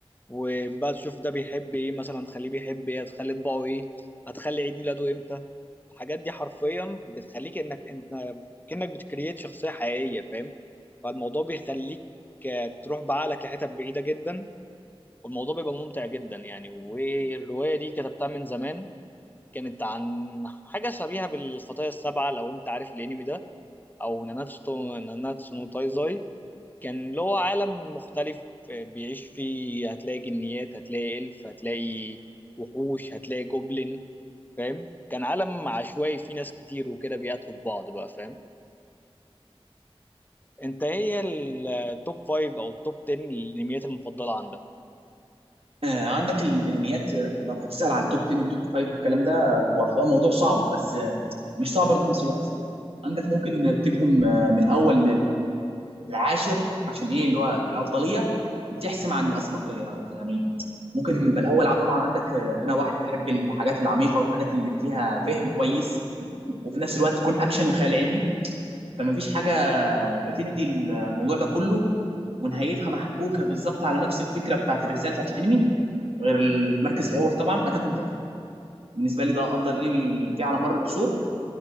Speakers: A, on the left; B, on the right.
A: وبقى تشوف ده بيحب ايه مثلا تخليه بيحب ايه هتخلي طباعه ايه هتخلي عيد ميلاده امتى الحاجات دي حرفيا بتخليك انك انت كأنك بتكريت شخصيه حقيقيه فاهم فالموضوع بيخليك آه، تروح بعقلك لحتت بعيده جدا والموضوع بيبقى ممتع جدا يعني والروايه دي كتبتها من زمان كانت عن حاجة شبيهة بالخطايا السبعة لو أنت عارف الأنمي ده أو ناناتسو تو- ناناتسو نو تايزاي كان اللي هو عالم مختلف بيعيش فيه هتلاقي جنيات هتلاقي إلف هتلاقي وحوش هتلاقي جوبلين فاهم كان عالم عشوائي فيه ناس كتير وكده بيقاتلوا في بعض بقى فاهم أنت هي التوب فايف أو التوب 10 الأنميات المفضلة عندك
B: آه، عندك الانميات آه، لو هتسأل عن التوب 10 والتوب 5 والكلام ده هو هو موضوع صعب بس آه، مش صعب برضه في نفس الوقت عندك ممكن نرتبهم آه، من الاول للعاشر عشان ايه اللي هو الافضليه بتحسم عن الاسبقيه يعني ممكن نبقى الاول ع- طبعا عندك آه، انا واحد بحب الحاجات العميقه والحاجات اللي فيها فهم كويس وفي نفس الوقت تكون اكشن وخيال علمي فما فيش حاجه بتدي الموضوع ده كله ونهايتها محبوكه بالظبط على نفس الفكره بتاعت الرساله بتاعت الانمي غير المركز الاول طبعا اتاك اون تايتن بالنسبه لي ده افضل انمي جه على مر العصور